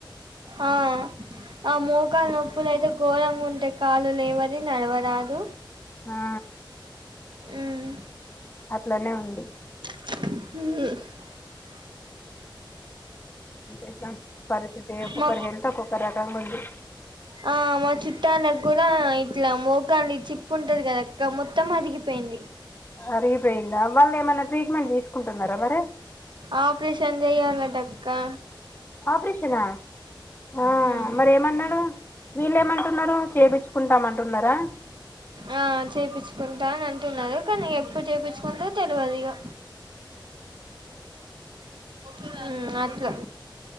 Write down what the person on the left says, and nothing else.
ఆ
అట్లనే ఉంది
ఎసా పరిస్థితి ఒక్కొక్కరు
హెల్త్ ఒక్కొక్కరు రకంగా ఉంది
అరిగిపోయిందా మ ఏమైన్నా ట్రీట్మెంట్ తీసుకుంటున్నారా మరి
ఆపరేషనా ఆ
మరేమన్నాడు వీళ్ళేమంటున్నారు చేపించుకుంటాము అంటున్నారా